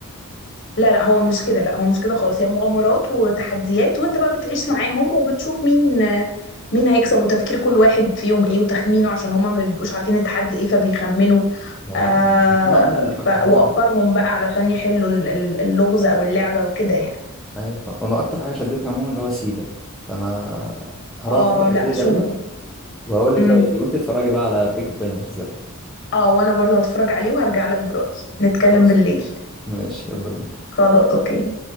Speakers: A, on the left; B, in the centre.
A: لا لا هو مش كده لا هو مش كده خالص هي مغامرات وتحديات وانت بقى بتعيش معاهم وبتشوف مين مين هيكسب وتفكير كل واحد فيهم ايه وتخمينه عشان هما ما بيبقوش عارفين التحدي ايه فبيخمنوا
B: هو
A: آه
B: جامد. بس انا عموما اكتر
A: ف...
B: حاجة
A: وافكارهم بقى علشان يحلوا ال- ال- اللغز او اللعبة وكده يعني
B: ايوه ف- انا اكتر حاجه شدتني عموما اللي هو سيدا فانا هروح
A: اه
B: اتفرج
A: لا
B: عليه غالبا
A: شوفه
B: وهقول لك
A: امم
B: رايي فيه وانت اتفرجي بقى على بيكي بلايندرز بقى
A: اه وانا برضو هتفرج عليه وهرجع لك برأيي نتكلم
B: خلاص
A: بالليل
B: ماشي يلا بينا
A: خلاص اوكي